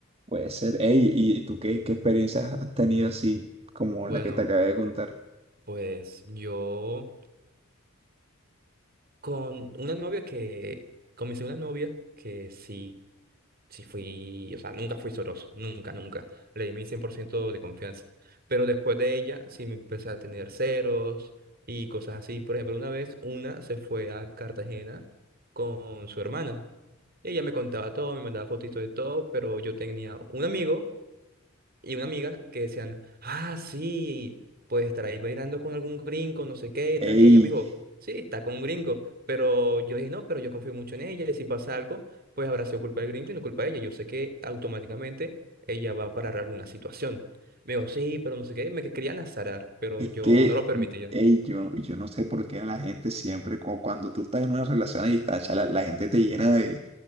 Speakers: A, on the right; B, on the right.
A: Puede ser. Ey, ¿y tú qué, qué experiencias has tenido así como
B: Bueno,
A: la que te acabé de contar?
B: pues yo con una novia que, con mi segunda novia, que sí Sí fui, o sea, nunca fui soroso, nunca, nunca. Le di mi 100% de confianza. Pero después de ella, sí me empecé a tener ceros y cosas así. Por ejemplo, una vez una se fue a Cartagena con su hermana. Y ella me contaba todo, me mandaba fotitos de todo, pero yo tenía un amigo y una amiga que decían, ah, sí, pues estará ahí bailando con algún gringo, no sé qué y tal.
A: Ey.
B: Y ella me dijo, sí, está con un gringo. Pero yo dije, no, pero yo confío mucho en ella. Y si pasa algo, pues habrá sido culpa del gringo y no culpa de ella. Yo sé que automáticamente ella va a parar alguna situación. Me dijo, sí, pero no sé qué. Me que- querían azarar, pero
A: Es
B: yo
A: que,
B: no lo permitía.
A: ey, yo, yo no sé por qué a la gente siempre, cu- cuando tú estás en una relación a distancia, la, la gente te llena de,